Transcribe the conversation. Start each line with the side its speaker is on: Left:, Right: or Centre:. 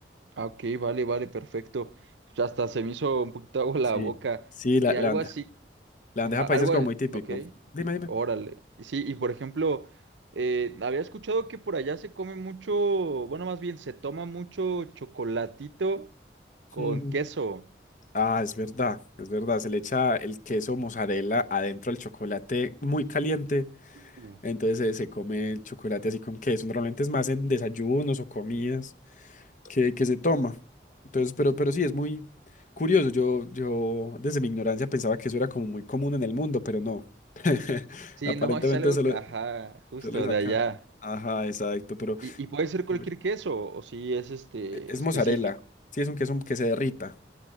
Right: Ah, Ok, vale, vale, perfecto. Pues, Hasta se me hizo un poquito <laughs> agua la
Left: Sí.
Right: boca.
Left: Sí, la,
Right: Y
Left: la,
Right: algo
Left: bande-
Right: así,
Left: la bandeja
Right: ajá,
Left: paisa
Right: algo,
Left: es como
Right: a-
Left: muy típico.
Right: ok,
Left: Dime,
Right: órale. Sí, y por ejemplo, eh, había escuchado que por allá se come mucho, bueno, más bien se toma mucho chocolatito con
Left: dime.
Right: queso.
Left: Ah, es verdad, es verdad. Se le echa el queso mozzarella adentro del chocolate muy caliente.
Right: Uh.
Left: Entonces eh, se come el chocolate así con queso. Normalmente es más en desayunos o comidas que, que se toma. Entonces, pero, pero sí, es muy curioso. Yo, yo desde mi ignorancia pensaba que eso era como muy común en el mundo, pero no. <laughs>
Right: Sí,
Left: Aparentemente
Right: no, es algo,
Left: solo,
Right: ajá, justo
Left: solo es
Right: de
Left: acá.
Right: allá.
Left: Ajá, exacto, pero
Right: Y, y puede ser cualquier
Left: chévere.
Right: queso, o si es este
Left: es
Right: específico.
Left: mozzarella. Sí, es un queso que se derrita.